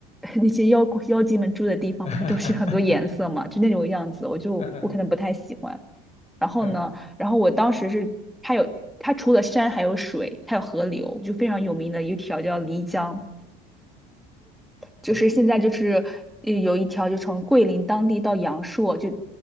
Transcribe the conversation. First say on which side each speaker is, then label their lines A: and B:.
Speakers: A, in the centre; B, on the left.
A: <laughs> 那些妖怪妖精们住的地方，
B: <laughs>
A: 不是都是很多颜色嘛，就那种样子，我就我可能不太喜欢。
B: 嗯嗯
A: 然后呢，
B: 嗯嗯，
A: 然后我当时是它有它除了山还有水，它有河流，就非常有名的一条叫漓江。就是现在就是呃有一条就从桂林当地到阳朔，
B: 哦，
A: 就